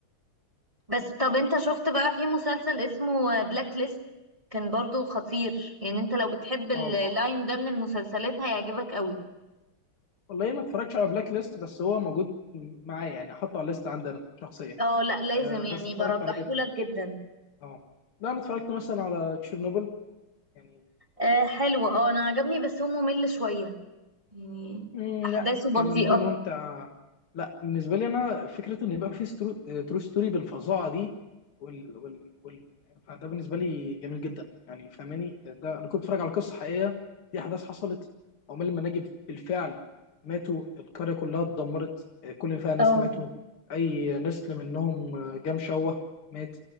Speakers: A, on the right; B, on the left.
A: بس طب انت شفت بقى في مسلسل اسمه بلاك ليست كان برضو خطير يعني انت لو بتحب اللاين
B: اه
A: ده من المسلسلات هيعجبك قوي
B: والله ما اتفرجتش على بلاك ليست بس هو موجود معايا يعني حاطه على الليست عندنا شخصيا
A: اه لا لازم
B: آه بس
A: يعني
B: اتفرجت
A: برجحهولك
B: على كده
A: جدا
B: اه لا انا اتفرجت مثلا على تشيرنوبل يعني
A: آه حلو اه انا عجبني بس هو ممل شوية يعني
B: مم،
A: احداثه
B: لا
A: بطيئة
B: كان بالنسبه لي ممتع لا بالنسبه لي انا فكره ان يبقى في سترو... ترو ستوري بالفظاعه دي وال... وال... وال... فده بالنسبه لي جميل جدا يعني فاهماني ده انا كنت بتفرج على قصه حقيقيه دي احداث حصلت عمال المناجم بالفعل ماتوا القريه كلها اتدمرت آه، كل اللي فيها ناس
A: اه
B: ماتوا اي نسل منهم آه، جام شوه مات